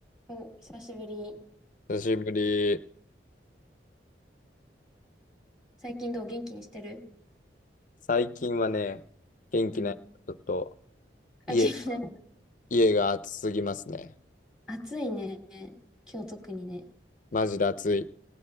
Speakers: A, in the centre; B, on the left (about 45°).
A: お、久しぶり。
B: 久しぶり。
A: 最近どう元気にしてる
B: 最近はね、元気ない。
A: うん。
B: ちょっと、家、
A: あ、元気ない。
B: 家が暑すぎますね。
A: 暑いね。今日特にね。
B: マジで暑い。